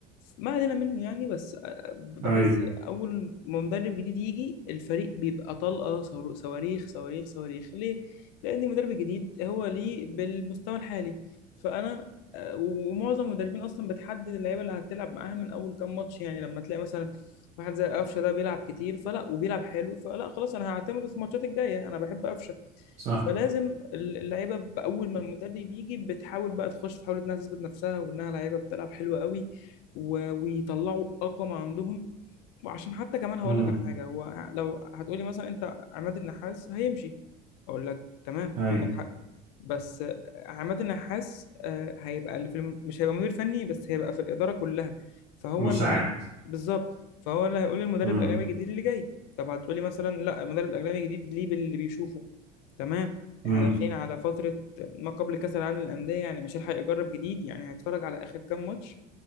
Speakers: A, on the left; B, on the right.
A: ما علينا منه يعني بس آه، بحس
B: اي
A: اول ما مدرب جديد يجي الفريق بيبقى طلقه صوار- صواريخ صواريخ صواريخ ليه لان المدرب الجديد هو ليه بالمستوى الحالي فانا آه، ومعظم المدربين اصلا بتحدد اللعيبه اللي هتلعب معاها من اول كام ماتش يعني لما تلاقي مثلا واحد زي قفشه ده بيلعب كتير فلا وبيلعب حلو فلا خلاص انا هعتمد في الماتشات الجايه انا بحب قفشه
B: صح
A: فلازم اللعيبه باول ما المدرب يجي بتحاول بقى تخش تحاول انها تثبت نفسها وانها لعيبه بتلعب حلوه قوي و- ويطلعوا اقوى ما عندهم وعشان حتى كمان هقول
B: امم
A: لك على حاجه هو لو هتقولي مثلا انت عماد النحاس هيمشي اقول لك تمام
B: اي
A: عندك حق بس عماد النحاس آه، هيبقى اللي في الم... مش هيبقى مدير فني بس هيبقى في الاداره كلها فهو
B: مساعد
A: اللي هي... بالظبط فهو اللي هيقول للمدرب
B: امم
A: الاجنبي الجديد اللي جاي طب هتقولي مثلا لا المدرب الاجنبي الجديد ليه باللي بيشوفه تمام احنا
B: امم
A: داخلين على فتره ما قبل كاس العالم للانديه يعني مش هيلحق يجرب جديد يعني هيتفرج على اخر كام ماتش